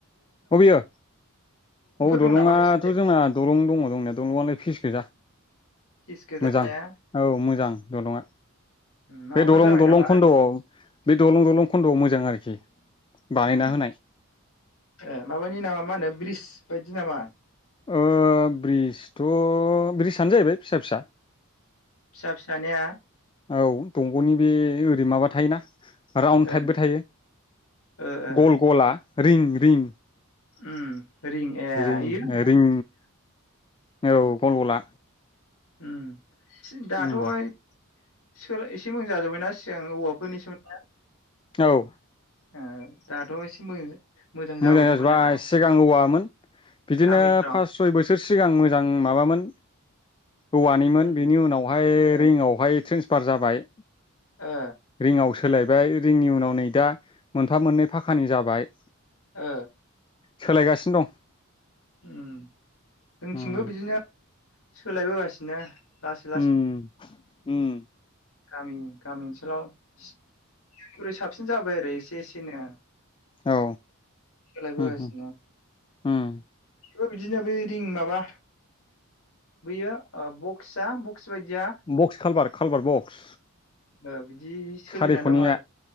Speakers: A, on the left; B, on the left.
A: अबेयो औ दलंङाथ'
B: दं नामा नोंसिनिजों
A: जोंना दलं दङ दंनाय दलंआलाय फिस गोजा
B: फिस गोजाया
A: मोजां औ मोजां दलंङा
B: माबाफोर
A: बे दलं
B: जाबाय
A: दलं
B: नामा
A: खन्द'आव बे दलं दलं खन्द'आव मोजां आरोखि। बानायना
B: उम
A: होनाय।
B: ए माबानि नामा मा होनो ब्रिज बायदि नामा?
A: ओ ब्रिजथ' ब्रिजआनो जाहैबाय फिसा फिसा।
B: फिसा फिसानिया
A: औ दंग'नि बे ओरै माबा थायोना। राउन्ड
B: ओ
A: टाइपबो थायो
B: ओ ओ
A: गल गला। रिं रिं
B: उम रिं ए
A: रिं
B: इयो
A: रिं
B: उम
A: औ गल गला।
B: उम दाथ'
A: उम
B: ओय सोर एसे मोजां जाजोबबायना। सिगां औवाफोरनि सोमोन ना।
A: औ
B: ओ दाथ' एसे मोजां। जाबोजोब्बायना
A: मोजां जाजोबबाय
B: दा
A: सिगां औवामोन बिदिनो
B: गामिफ्राव
A: फास सय बोस सोर सिगां मोजां माबामोन। औवानिमोन
B: उम
A: बेनि उनावहाय
B: ओ
A: रिंआवहाय ट्रेन्स पार जाबाय
B: ओ
A: रिंङाव सोलाय <unintelligible> रिंनि उनाव नै दा मोनफा मोननै फाखानि जाबाय
B: ओ
A: सोलायगासिनो दं
B: उम जोंथिंबो
A: दं
B: बिदिनो सोलायबोगासिनो लासै
A: उम -उम उम
B: गामिनि गामि ओनस <unintelligible> सोलाव सिगांनिख्रुय साबसिन जाबाय आरो एसे एसेनो
A: औ
B: सोलायबोगासिनो
A: उम हम उम
B: ओ बिदिनो बे रिं माबा बैयो ओ बक्सआ <unintelligible> <unintelligible> बादिया
A: बक्स कालबार कालबार बक्स
B: ओ बिदि सोलिना
A: सारिख'निया
B: दं आरो